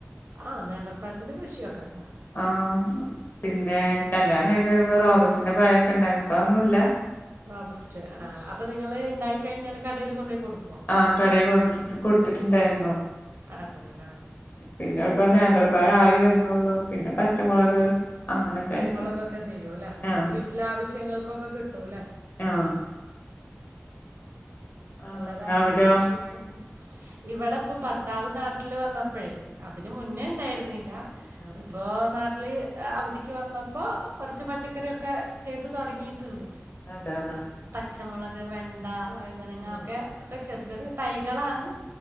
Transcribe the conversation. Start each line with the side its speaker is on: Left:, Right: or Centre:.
Right: ആഹ്, നേന്ത്രപ്പഴത്തിന്റെ കൃഷിയൊക്കെണ്ടാ?
Left: ആഹ് പിന്നെ കല്യാണം കഴിഞ് വരുമ്പോ റോബസ്റ്റിന്റെ പഴൊക്കെ ഉണ്ടായിരുന്നു. ഇപ്പതൊന്നുല്ല.
Right: റോബസ്റ്റ്, ആഹ് അപ്പ നിങ്ങള് ണ്ടായി കഴിഞ്ഞാല് കടേയ്ല് കൊണ്ടോയി കൊടു
Left: ആഹ് കടേ കൊടുത്ത് കൊടുത്തിട്ടുണ്ടായിരുന്നു.
Right: അതെ അല്ലേ
Left: പിന്നെ ഇപ്പ നേന്ത്രപ്പഴം ആയി വരുന്നുള്ളു. പിന്നെ പച്ചമുളക് അങ്ങനൊക്കെ
Right: പച്ചമുളകൊക്കെ
Left: ആയിട്ട്
Right: ചെയ്യൂല്ലെ
Left: ആ
Right: വീട്ടിലെ ആവശ്യങ്ങൾക്കൊക്കെ കിട്ടൂല്ലെ
Left: ആഹ് ആ
Right: നല്ലതാണ്
Left: അങ്ങനെ അവിടെയോ
Right: കൃഷിയൊക്കെ <unintelligible> ഇവടെപ്പ ഭർത്താവ് നാട്ടില് വന്നപ്പഴേ അതിന് മുന്നേണ്ടായിരുന്നില്ല.
Left: ആ
Right: ഇപ്പോ
Left: ആ
Right: നാട്ടില് അവധിക്ക് വന്നപ്പോ കൊറച്ച് പച്ചക്കറി ഒക്കെ ചെയ്ത് തുടങ്ങിട്ട്ണ്ട്.
Left: അതാണ്
Right: പച്ചമുളക്, വെണ്ട, വഴുതനങ്ങ
Left: ഉം
Right: ഒക്കെ ഒക്കെ ചെറി ചെറി തൈകളാണ്.